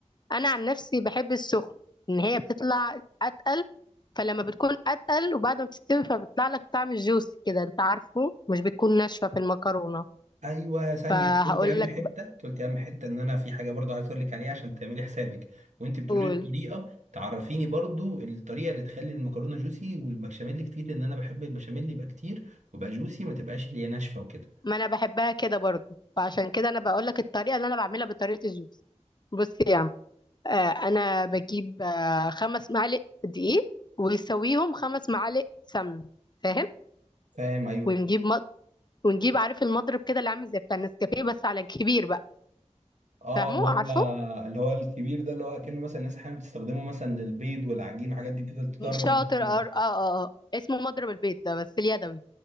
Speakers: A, on the left; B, on the right.
A: أنا عن نفسي بحب السخن إن هي بتطلع أتقل فلما بتكون أتقل وبعد ما بتستوي فبيطلع لك طعم الجوس كده أنت عارفه مش بتكون ناشفة في المكرونة
B: ايوه ثانيه
A: فهقول
B: انت قلتي اهم
A: لك
B: حته انت قلتي اهم حته ان انا في حاجه برضو عايز اقول لك عليها عشان تعملي حسابك وانت بتقولي
A: بقول
B: لي الطريقه تعرفيني برضو الطريقه اللي تخلي المكرونه جوسي والبشاميل كتير لان انا بحب البشاميل يبقى كتير ويبقى جوسي ما تبقاش اللي هي ناشفه وكده
A: ما أنا بحبها كده برضو فعشان كده أنا بقول لك الطريقة اللي أنا بعملها بطريقة الجوس بص يا عم آه، انا بجيب آه، خمس معالق دقيق ويسويهم خمس معالق سمن فاهم
B: فاهم ايوه
A: ونجيب مض... ونجيب عارف المضرب كده اللي عامل زي بتاع النسكافيه بس على كبير بقى
B: اه
A: فاهمه
B: اللي
A: عارفه
B: هو اللي هو الكبير ده اللي هو اكنه مثلا الناس احيانا بتستخدمه مثلا للبيض والعجين والحاجات دي بتفضل تدرب
A: شاطر
B: بيه كده.
A: اه اه اه آه. اسمه مضرب البيض ده بس اليدوي